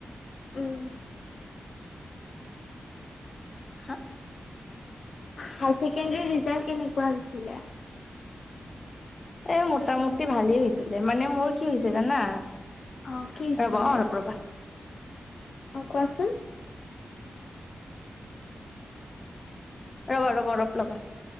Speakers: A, on the left (about 65°); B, on the left (about 40°).
A: উম।
B: হা
A: হায় ছেকেণ্ডাৰী ৰিজাল্ট কেনেকুৱা হৈছিলে?
B: এ মোটামুটি ভালেই হৈছিলে, মানে মোৰ কি হৈ হৈছে জানা
A: অ' কি হৈছিলে?
B: ৰ'বা অ অলপ ৰ'বা
A: অ' কোৱাচোন
B: ৰ'বা ৰ'বা অলপ ৰ'বা।